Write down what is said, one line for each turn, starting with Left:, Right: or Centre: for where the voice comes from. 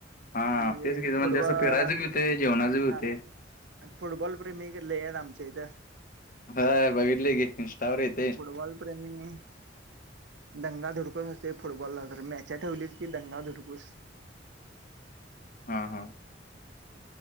Left: हा
Right: आणि
Left: तेच की म्हणजे
Right: फुटबॉल
Left: असं फिरायचं बी होतय जेवणाच बी होतय.
Right: हा फुटबॉल प्रेमी एक लय आहेत आमच्या इथं.
Left: होय बघितलो की इंस्टावर येत.
Right: फुटबॉल प्रेमी, दंगा धुडकूस असतय फुटबॉलला तर मॅच्या ठेवलीत की दंगा धुडकूस.
Left: हा हा